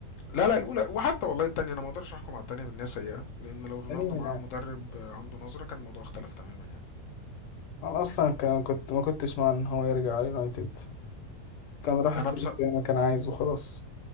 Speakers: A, on the left; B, on the left.
A: لا لا الأولى وحتى والله التانية أنا ما أقدرش أحكم على التانية بأنها سيئة لأن لو رونالدو
B: التانية
A: معاه مدرب آه، عنده نظرة كان الموضوع اختلف تماما يعني
B: أنا أصلا كان كنت ما كنتش مع إن هو يرجع على اليونايتد كان راح
A: أنا
B: السيتي
A: بص...
B: زي ما كان عايز وخلاص